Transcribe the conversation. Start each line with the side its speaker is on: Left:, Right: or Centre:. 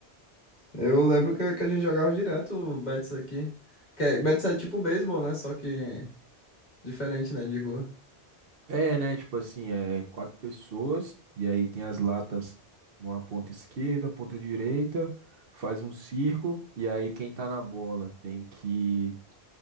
Left: Eu lembro que, que a gente jogava direto o Betis aqui. Que é- Betis é tipo beisebol, né? Só que Diferente, né? De rua.
Right: É, né? Tipo assim, é quatro pessoas, e aí tem as latas numa ponta esquerda, ponta direita, faz um círculo, e aí quem tá na bola tem que,